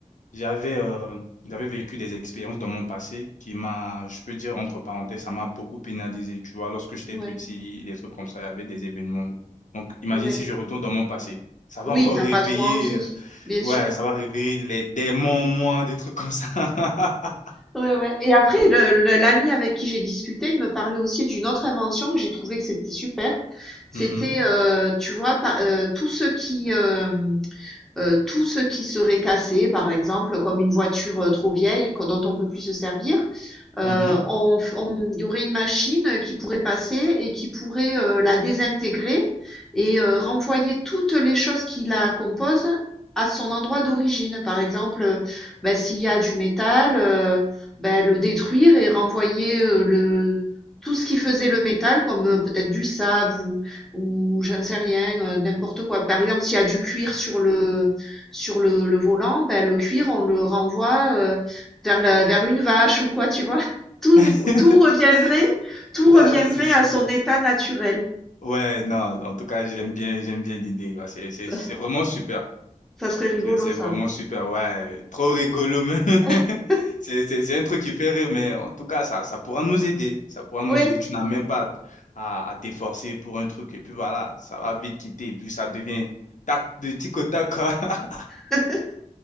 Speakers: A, on the left (about 70°); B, in the centre.
A: j'avais euh, j'avais vécu des expériences dans mon passé qui m'a, je peux dire, entre parenthèses, ça m'a beaucoup pénalisé. Tu vois, lorsque j'étais
B: ouais,
A: petit, des trucs comme ça, il y avait des événements. Donc, imagine
B: ouais.
A: si je retourne dans mon passé. Ça va
B: Oui,
A: encore
B: t'as
A: réveiller.
B: pas trop envie,
A: euh,
B: bien
A: Ouais,
B: sûr.
A: ça va réveiller les démons, moi, des trucs comme ça. <laughs>
B: Ouais, ouais et après le le l'ami avec qui j'ai discuté, il me parlait aussi d'une autre invention que j'ai trouvé que c'était super. C'était,
A: Mhm,
B: heu, tu vois, pa heu, tous ceux qui, euh, Euh, tout ce qui serait cassé, par exemple, comme une voiture euh, trop vieille dont on ne peut plus se servir, euh,
A: mhm.
B: on on- il y aurait une machine qui pourrait passer et qui pourrait euh, la désintégrer et euh, renvoyer toutes les choses qui la composent à son endroit d'origine. Par exemple, euh, ben, s'il y a du métal, euh, ben, le détruire et renvoyer euh, le, tout ce qui faisait le métal, comme euh, peut-être du sable ou, ou j'en sais rien, euh, n'importe quoi. Par exemple, s'il y a du cuir sur le, sur le, le volant, ben, le cuir, on le renvoie euh, vers, la, vers une vache ou quoi, tu vois. <laughs> Tout,
A: <laughs>
B: tout reviendrait, tout
A: Là,
B: reviendrait
A: là, c'est super.
B: à son état naturel.
A: Ouais, non, en tout cas, j'aime bien, j'aime bien l'idée, quoi. C'est, c'est,
B: Ça,
A: c'est vraiment super.
B: ça serait rigolo,
A: C'est, c'est
B: ça.
A: vraiment super, ouais. Trop rigolo, même. <laughs>
B: <laughs>
A: C'est, c'est, c'est un truc qui fait rire, mais en tout cas, ça, ça pourra nous aider. Ça pourra nous
B: Oui.
A: aider. Tu n'as même pas à, à t'efforcer pour un truc. Et puis voilà, ça va vite quitter. Et puis ça devient tac, de tic au tac, quoi. <laughs>
B: <laughs>